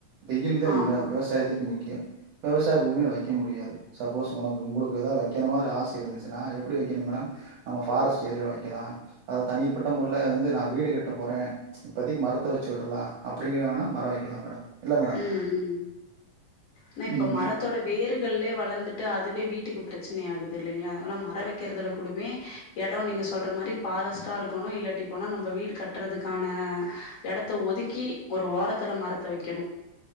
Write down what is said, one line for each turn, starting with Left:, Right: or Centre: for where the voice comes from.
Right: வெயில் தா
Left: ஆமா
Right: விவசாயத்துக்கு முக் கியம் விவசாய பூமியில வக்க முடியாது சப்போஸ் ஒனக்கு உங்களுக்கு எதா வைக்கன மாரி ஆச இருந்துச்சின்னா எப்டி வைக்கணும் மேடம் நம்ம ஃபாரஸ்ட்டு ஏரியில வக்கலாம் அது தனிப்பட்ட முறல வந்து நா வீடு கட்ட போறே இப்பதிக்கு மரத்த வச்சி உட்றலாம் அப்டிங்கிற வேணா மர வக்கலா மேடம் இல்ல மேடம்
Left: ம் ம் ஏனா இப்ப
Right: ம்
Left: மரத்தோட வேறுகளே வளந்துட்டு அதுவே வீட்டுக்கு பிரச்சனையா ஆகு தில்லைங்களா ஆனா மரம் வைக்கிறதுல கூடமே எடம் நீங்க சொல்ற மாரி ஃபாரஸ்ட்டா இருக்கணும் இல்லாட்டி போனா நம்ம வீடு கட்டறதுக்கான எடத்த ஒதுக்கி ஒரு ஓரத்துல மரத்த வைக்கணும்